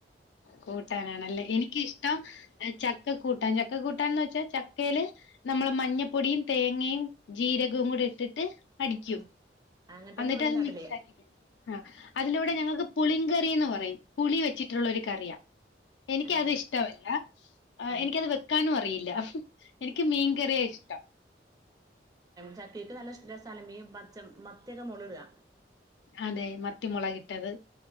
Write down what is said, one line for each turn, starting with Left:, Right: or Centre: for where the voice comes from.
Left: കൂട്ടാനാണല്ലേ എനിക്കിഷ്ടം. ച ചക്ക കൂട്ടൻ ചക്ക കൂട്ടാൻന്ന് വെച്ചാൽ ചക്കയില്. നമ്മള് മഞ്ഞപ്പൊടിയും തേങ്ങയും ജീരകവും കൂടി ഇട്ടിട്ട് അടിക്കും
Right: ഉം അങ്ങനെ തന്നെ
Left: എന്നിട്ട്
Right: ഇവിടെയും
Left: അത്
Right: കാട്ടല്
Left: മിക്സ് ആക്കി ആ അതിലൂവിടെ ഞങ്ങൾക്ക് പുളികറിന്ന് പറയും പുളി വെച്ചിട്ടുള്ള ഒരു കറിയാ എനിക്കത്
Right: ഏഹ്
Left: ഇഷ്ടമല്ല
Right: ഉം
Left: എനിക്കത് വെക്കാനും അറിയില്ല. എനിക്ക് മീൻ കറിയ ഇഷ്ടം.
Right: ചക്കക്ക് നല്ല രസലം മിൻ ഈ പച്ച മത്തിയൊക്കെ മുള് ഇട
Left: അതെ മത്തിമുളകിട്ടത്